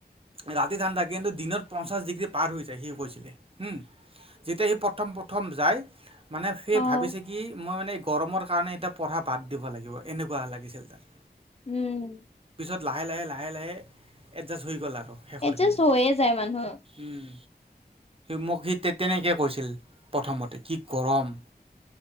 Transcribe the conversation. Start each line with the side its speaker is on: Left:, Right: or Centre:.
Right: ৰাতি ঠাণ্ডা কিন্তু দিনত পঞ্চাশ ডিগ্ৰী পাৰ হৈ যায় সিও কৈছো উম যেতিয়া সি প্ৰথম প্ৰথম যায় মানে সেই
Left: অ',
Right: ভাবিছে কি মই মানে গৰমৰ কাৰণে এতিয়া পঢ়া বাদ দিব লাগিব এনেকুৱা লাগিছিল তাৰ
Left: উম
Right: লাহে লাহে লাহে লাহে এডজাষ্ট হৈ গ'ল আৰু শেষৰ
Left: এডজাষ্ট
Right: পিনে।
Left: হৈয়ে যায় মানুহক
Right: উম, মোক সি তেনেকে কৈছিল প্ৰথমতে কি গৰম